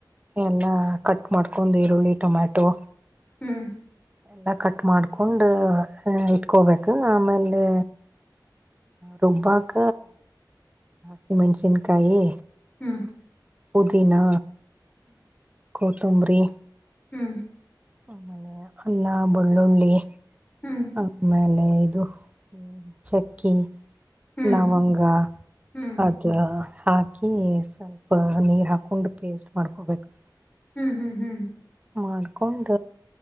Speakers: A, on the right (about 20°); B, on the left (about 20°).
A: ಎಲ್ಲ ಕಟ್ ಮಾಡ್ಕೊಂಡ್ ಈರುಳ್ಳಿ ಟೊಮ್ಯಾಟೊ
B: ಹ್ಮ್..
A: ಎಲ್ಲ ಕಟ್ ಮಾಡ್ಕೊಂಡು ಇಟ್ಕೋಬೇಕು ಆಮೇಲೆ.. ರುಬ್ಬಾಕ ಸಿಮೆಂಟ್ಸನ್ಕಾಯಿ..
B: ಹಾ..
A: ಪುದೀನಾ ಕತ್ತಂಬ್ರಿ.
B: ಹ್ಮ..
A: ಆಮೇಲೆ ಅಲ್ಲ ಬೆಳ್ಳುಳ್ಳಿ
B: ಹ್ಮ್ ಹ್ಮ್
A: ಆಮೇಲೆ.. ಅದು ಚಕ್ಕಿ
B: ಹ್ಮ್
A: ಲವಂಗ
B: ಹ್ಮ್
A: ಅದು. ಹಾಕಿ ಸ್ವಲ್ಪ ನೀರ್ ಹಾಕೊಂಡ್ ಪೇಸ್ಟ್ ಮಾಡ್ಕೊಬೇಕು..
B: ಹ್ಮ್ ಹ್ಮ್ ಹ್ಮ್...
A: ಮಾಡ್ಕೊಂಡ..